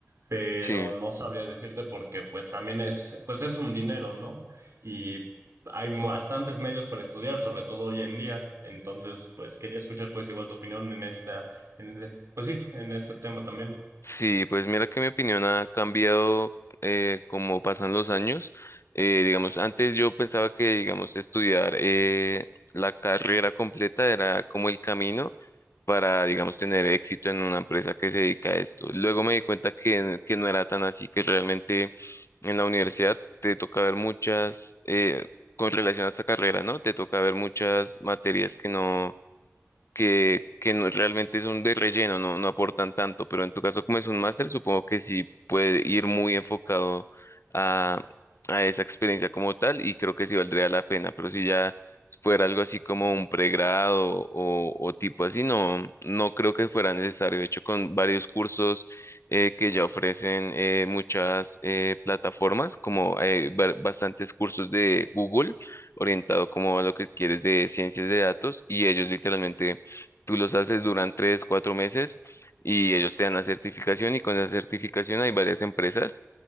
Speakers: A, on the right (about 65°); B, on the left (about 60°).
A: pero
B: Sí.
A: no sabría decirte porque pues también es, pues es un dinero, ¿no? Y hay bastantes medios para estudiar, sobre todo hoy en día. Entonces, pues quería escuchar pues igual tu opinión en esta, en es- pues sí, en este tema también.
B: Sí, pues mira que mi opinión ha cambiado eh, como pasan los años. Eh, digamos, antes yo pensaba que, digamos, estudiar eh, la carrera completa era como el camino para, digamos, tener éxito en una empresa que se dedica a esto. Luego me di cuenta que, que no era tan así, que realmente en la universidad te toca ver muchas, eh, con relación a esta carrera, ¿no? Te toca ver muchas materias que no que, que no, realmente son de relleno, no, no aportan tanto, pero en tu caso como es un máster, supongo que sí puede ir muy enfocado a, a esa experiencia como tal y creo que sí valdría la pena, pero si ya fuera algo así como un pregrado o, o tipo así, no, no creo que fuera necesario. De hecho, con varios cursos eh, que ya ofrecen eh, muchas eh, plataformas, como eh, ba- bastantes cursos de Google orientado como a lo que quieres de ciencias de datos y ellos literalmente Tú los haces durante tres, cuatro meses y ellos te dan la certificación y con esa certificación hay varias empresas